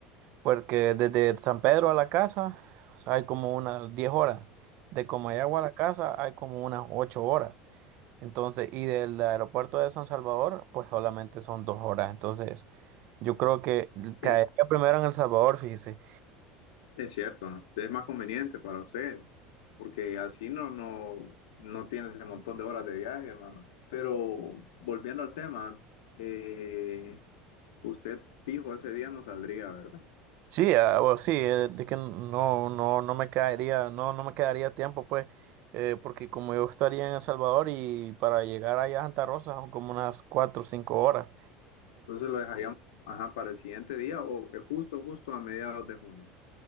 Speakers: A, on the right; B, on the left.
A: Porque desde San Pedro a la casa, o sea, hay como unas 10 horas. De Comayagua a la casa hay como unas 8 horas. Entonces, y del aeropuerto de San Salvador, pues solamente son 2 horas. Entonces, yo creo que caería
B: es,
A: primero en El Salvador, fíjese.
B: es cierto, ¿no? Es más conveniente para usted, porque así no, no, no tiene ese montón de horas de viaje, hermano. Pero volviendo al tema, eh, usted fijo ese día no saldría, ¿verdad?
A: Sí, ah, o sí, eh, de que no, no, no me caería, no, no me quedaría tiempo, pues, eh, porque como yo estaría en El Salvador y para llegar allá a Santa Rosa son como unas 4 o 5 horas.
B: Entonces lo dejaríamos, ajá, para el siguiente día o eh, justo, justo a mediados de junio.